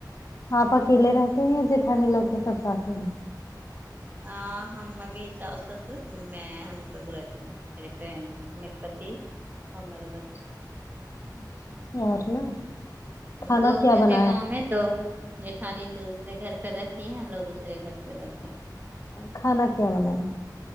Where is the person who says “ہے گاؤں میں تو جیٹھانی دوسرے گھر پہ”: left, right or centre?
Right